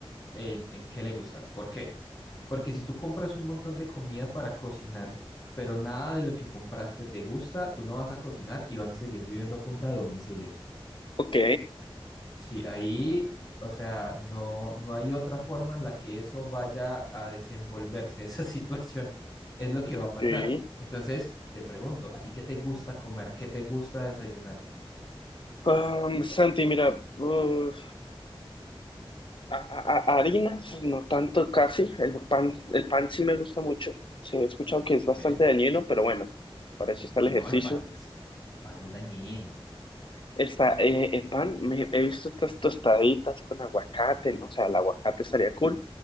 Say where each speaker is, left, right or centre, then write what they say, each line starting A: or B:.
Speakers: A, on the left; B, on the left.
A: en, en qué le gusta. ¿Por qué? Porque si tú compras un montón de comida para cocinar, pero nada de lo que compraste te gusta, tú no vas a cocinar y vas a seguir viviendo a punta de domicilios.
B: Ok,
A: Sí, ahí, o sea, no, no hay otra forma en la que eso vaya a desenvolverse, <laughs> esa situación es lo que va
B: ok.
A: a pasar. Entonces, te pregunto, ¿a ti qué te gusta comer? ¿Qué te gusta desayunar?
B: Um, Santi, mira, uf, a- a- a- harinas, no tanto casi, el pan, el pan sí me gusta mucho, sí, he escuchado que es
A: Ok.
B: bastante dañino, pero bueno, para eso está el
A: No,
B: ejercicio.
A: no, el pan no es, el pan es dañino.
B: Está eh, el pan, me, he visto estas tostaditas con aguacate, ¿no? O sea, el aguacate estaría cool.